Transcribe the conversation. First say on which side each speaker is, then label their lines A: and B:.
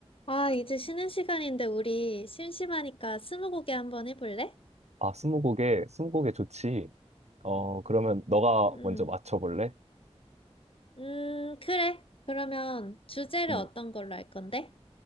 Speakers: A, on the left (about 55°); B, on the right (about 80°).
A: 아, 이제 쉬는 시간인데 우리 심심하니까 스무고개 한번 해볼래?
B: 아, 스무고개, 스무고개 좋지. 어, 그러면 너가
A: 음,
B: 먼저 맞춰볼래?
A: 음, 그래. 그러면 주제를
B: 음,
A: 어떤 걸로 할 건데?